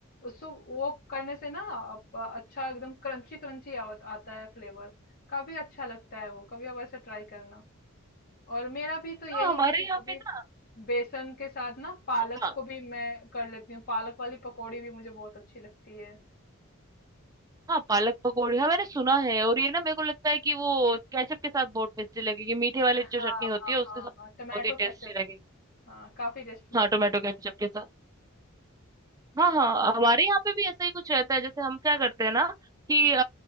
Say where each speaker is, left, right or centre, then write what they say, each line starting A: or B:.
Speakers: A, on the left; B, on the right.
A: उसको वो करने से ना आप अच्छा एकदम क्रंची क्रंची आता है फ्लेवर काफी अच्छा लगता है वो कभी आप ऐसे ट्राई करना और मेरा भी तो यही
B: हाँ हमारे
A: है कि
B: यहाँ
A: कभी
B: पे ना
A: बेसन के साथ ना पालक
B: हाँ
A: को भी मैं कर लेती हूँ पालक वाली पकौड़ी भी मुझे बहुत अच्छी लगती है
B: हाँ पालक पकौड़ी हाँ मैंने सुना है और ये ना मेरे को लगता है कि वो केचप के साथ बहुत टेस्टी लगेगी मीठे वाली
A: हाँ
B: जो चटनी होती
A: हाँ
B: है उसके
A: हाँ
B: साथ बहुत
A: हाँ टमाटो
B: ही टेस्टी
A: केचप
B: लगेगी
A: हाँ काफी टेस्टी लगती
B: हाँ टोमेटो
A: है
B: केचप के साथ हाँ हाँ हमारे यहाँ पे भी ऐसा ही कुछ रहता है जैसे हम क्या करते हैं ना कि अ,